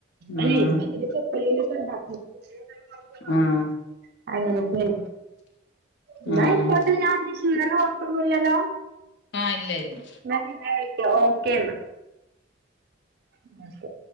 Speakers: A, on the right; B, on the left.
A: അതെ
B: ആഹ്
A: പത്തലൊക്കെ എപ്ലേലൊക്കെണ്ടാക്കേണ്ട്
B: ആഹ്
A: അങ്ങനൊക്കേണ് എന്നായ്ക്കോട്ടെ
B: ആഹ്
A: വേറെ കൊഴപ്പൊന്നുല്ലല്ലോ
B: ആ ഇല്ല ഇല്ല
A: ന്നാ പിന്നെ വിളിക്ക ഓക്കോ ന്നാ ന്നാ ശരി